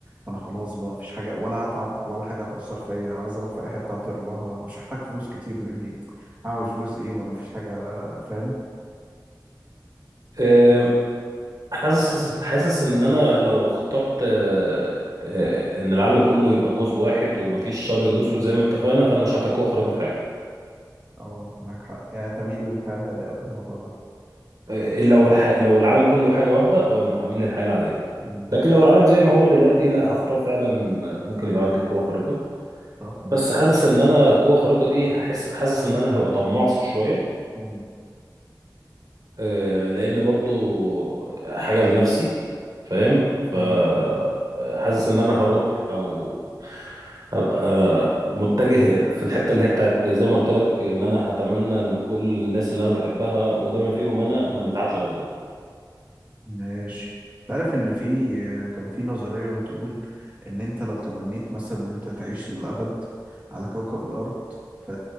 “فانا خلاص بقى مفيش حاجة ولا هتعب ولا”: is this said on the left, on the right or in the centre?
Right